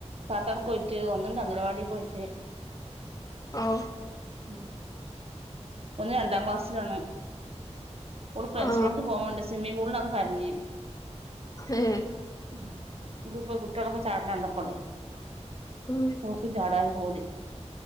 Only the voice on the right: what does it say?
താത്താട് പോയിട്ട് ഒന്നുണ്ട് അംഗനവാടി പോയിട്ട്
ഉം ഒന്ന് രണ്ടാം ക്ലാസ്സിലാണ് ഓള് ഫൻസോർക്ക്
പോണ്ട് സ്വിമ്മി പൂളിനൊക്കെ കഞ്ഞേന്
ഉം നക്ക്പ്പ പെൺകുട്ടികളൊക്കെ ചാടണണ്ടപ്പോളെ
ഓൾക്ക് ചാടാൻ പൂതി